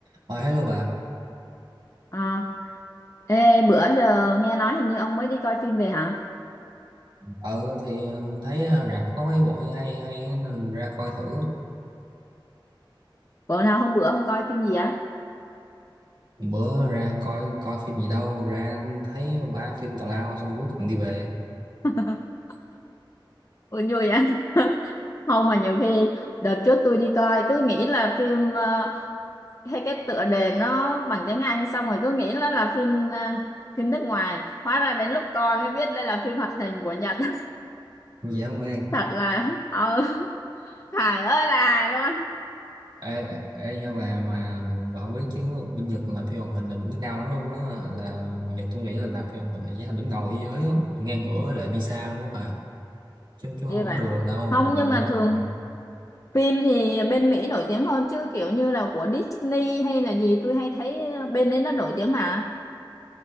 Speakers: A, on the right; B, on the left.
A: Ờ, hello bà,
B: À, ê, bữa giờ nghe nói hình như ông mới đi coi phim về hả?
A: ờ thì ờ, thấy ờ, rạp có mấy bộ hay hay hay á, nên ra coi thử
B: Bữa nào hôm bữa ông coi phim gì á?
A: bữa ra coi coi phim gì đâu ra thấy ba phim tào lao xong cuối cùng đi về
B: <laughs> Ủa, vui á. <laughs> Không mà nhiều khi đợt trước tôi đi coi cứ nghĩ là phim ờ, hay cái tựa đề nó bằng tiếng Anh xong rồi cứ nghĩ nó là phim ờ, phim nước ngoài. Hóa ra đến lúc coi mới biết đây là phim hoạt hình của Nhật. <laughs>
A: dễ không em
B: Thật là ờ, hài ơi là hài luôn.
A: ê, ê nha bà mà bà không biết chứ bên Nhật làm phim hoạt hình là đỉnh cao lắm luôn á là Nhật tôi nghĩ là làm phim hoạt hình là giá thành đứng đầu thế giới á ngang cửa lại Pizza luôn á bà chứ chứ
B: Như
A: không
B: vậy.
A: có đùa được đâu
B: Không
A: ừ
B: nhưng
A: đúng
B: mà
A: rồi
B: thường Phim thì bên Mỹ nổi tiếng hơn chứ kiểu như là của Disney hay là gì tôi hay thấy ờ, bên đấy nó nổi tiếng mà.